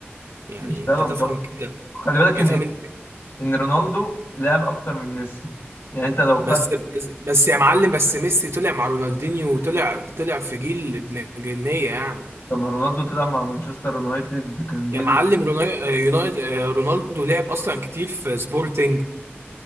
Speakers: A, on the right (about 80°); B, on the left (about 60°).
A: يعني
B: مش
A: انت
B: سبب
A: تفهم
B: برضه
A: كده
B: خلي بالك إن
A: افهم ال-
B: إن رونالدو لعب أكتر من ميسي يعني أنت لو خدت
A: بس بس يا معلم بس ميسي طلع مع رونالدينيو وطلع طلع في جيل ابن جنيه يعني
B: لما رونالدو تلعب مع مانشستر يونايتد كان جيل
A: يا معلم رونالدو رونالدو لعب اصلا كتير في سبورتنج